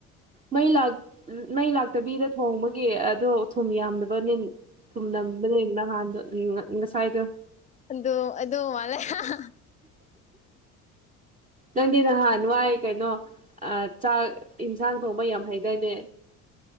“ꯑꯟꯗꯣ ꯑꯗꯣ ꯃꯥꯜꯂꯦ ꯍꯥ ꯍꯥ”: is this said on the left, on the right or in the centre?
Left